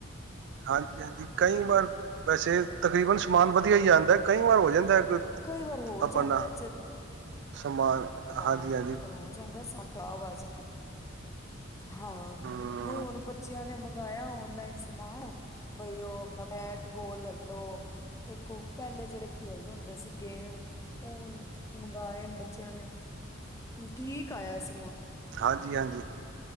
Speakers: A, on the right; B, on the left.
A: ਹਾਂਜੀ -ਹਾਂਜੀ ਕਈ ਵਾਰ ਵੈਸੇ ਤਕਰੀਬਨ ਸਮਾਨ ਵਧੀਆ ਹੀ ਆਉਂਦਾ । ਕਈ ਵਾਰ ਹੋ ਜਾਂਦਾ ਹੈ
B: ਕਈ ਵਾਰ ਹੋ
A: ਆਪਣਾ
B: ਜਾਂਦਾ
A: ਸਮਾਨ
B: ਹਾਂ,
A: ਹਾਂਜੀ ਹਾਂਜੀ
B: ਕਈ ਵਾਰ ਹੋ ਜਾਂਦਾ ਸਮਾਨ ਖਰਾਬ ਆ ਜਾਂਦਾ। ਹਾਂ,
A: ਹਮ
B: ਨਹੀਂ ਹੁਣ ਬੱਚਿਆਂ ਨੇ ਮੰਗਾਇਆ ਔਨਲਾਈਨ ਸਮਾਨ ਬਈ ਉਹ ਆਪਣਾ ਬੈਟ -ਬੋਲ ਲੈਲੋ, ਇੱਕ ਉਹ ਪਹਿਲੇ ਜਿਹੜੇ ਖੇਲਦੇ ਹੁੰਦੇ ਸੀ ਗੇਮ ਔ ਮੰਗਾਏ ਬੱਚਿਆਂ ਨੇ ਠੀਕ ਆਇਆ ਸੀ।
A: ਹਾਂਜੀ- ਹਾਂਜੀ।